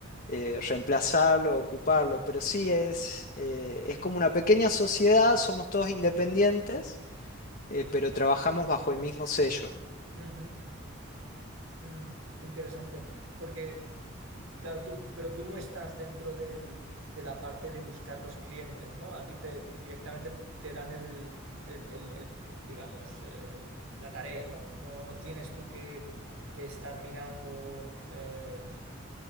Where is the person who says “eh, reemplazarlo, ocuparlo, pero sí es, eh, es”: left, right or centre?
Left